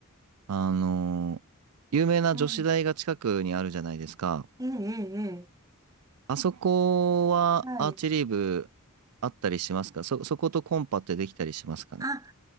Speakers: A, on the right (about 75°); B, on the right (about 15°).
A: あの、有名な女子大が近くにあるじゃないですか。
B: うん、ええ、ええ、え
A: あそこはアーチェリー部あったりしますかそ、
B: えはい。
A: そことコンパってできたりしますかね
B: あ、